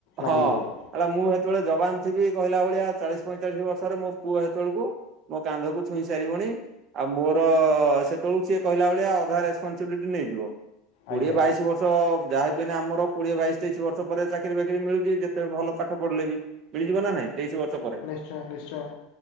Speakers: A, on the right; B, on the left.
A: ହଁ
B: ଲାଗିଯିବ।
A: ହେଲା ମୁଁ ସେତେବେଳେ ଯବାନ ଥିବି କହିଲା ଭଳିଆ ଚାଳିଶ ପଇଁ ଚାଳିଶ ବର୍ଷରେ ମୋ ପୁଅ ସେତେବେଳକୁ ମୋ କାନ୍ଧକୁ ଛୁଇଁ ସାରିବଣି। ଆଉ ମୋର ସେତେବେଳକୁ ସିଏ କହିଲା ଭଳିଆ ଅଧା ରେସପନସିବିଲିଟି ନେଇଯିବ। କୋଡିଏ
B: ଆଜ୍ଞା
A: ବାଇଶ ବର୍ଷ ତ ଯାହାବି ହେନେ ଆମର କୋଡିଏ ବାଇଶ ତେଇଶି ବର୍ଷ ପରେ ଚାକିରି ବାକିରି ମିଳୁଛି ଯେତେ ଭଲ ପାଠ ପଢିଲେ ବି। ମିଳିଯିବ ନା ନାଇଁ ତେଇଶି ବର୍ଷ ପରେ?
B: ଶ୍ଚୟ ନିଶ୍ଚୟ।